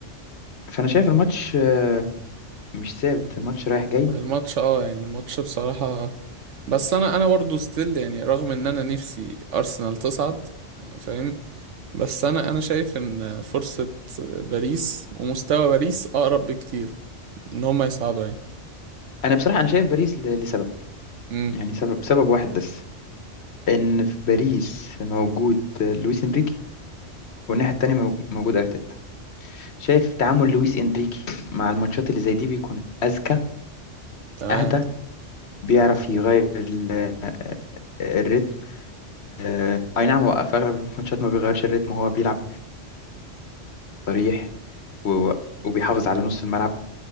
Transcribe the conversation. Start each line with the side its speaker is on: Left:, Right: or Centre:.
Left: فانا شايف الماتش آه، مش ثابت الماتش رايح جاي
Right: الماتش اه يعني الماتش بصراحة بس انا انا برضو ستيل يعني رغم ان انا نفسي ارسنال تصعد فاهم بس انا انا شايف ان فرصة باريس ومستوى باريس اقرب بكتير ان هم يصعدوا
Left: انا بصراحة انا شايف باريس ل- لسبب
Right: يعني
Left: يعني سبب سبب واحد بس ان في باريس موجود آه، لويس انريكي والناحية التانية موج- موجود ارتيتا شايف تعامل لويس إنريكي مع الماتشات اللي زي دي بيكون أذكى
Right: تمام
Left: أهدى بيعرف يغير ال- آه، الريتم آه، أي نعم هو في أغلب الماتشات ما بيغيرش الريتم هو بيلعب صريح و- وبيحافظ على نص الملعب